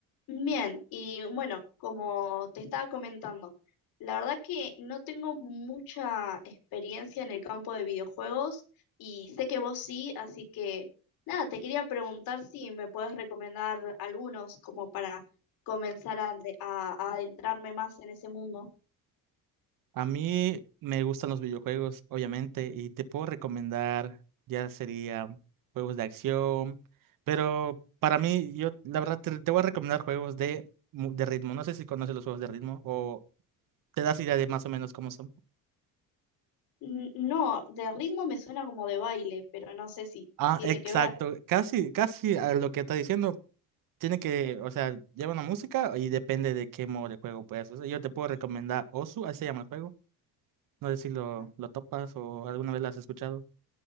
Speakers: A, on the left (about 70°); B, on the right (about 60°).
A: Bien, y bueno, como te estaba comentando, la verdad que no tengo mucha experiencia en el campo de videojuegos y sé que vos sí, así que nada, te quería preguntar si me puedes recomendar algunos como para comenzar a, ade- a- a adentrarme más en ese mundo.
B: A mí me gustan los videojuegos, obviamente, y te puedo recomendar, ya sería juegos de acción, pero para mí, yo la verdad te, te voy a recomendar juegos de, mu- de ritmo. No sé si conoces los juegos de ritmo o te das idea de más o menos cómo son.
A: N- No, de ritmo me suena como de baile, pero no sé si
B: Ah,
A: tiene
B: exacto,
A: que ver.
B: casi, casi a lo que está diciendo. Tiene que, o sea, lleva una música y depende de qué modo de juego puedas. O sea, yo te puedo recomendar Osu, así se llama el juego. No sé si lo,
A: Ah,
B: lo topas o alguna vez lo has escuchado.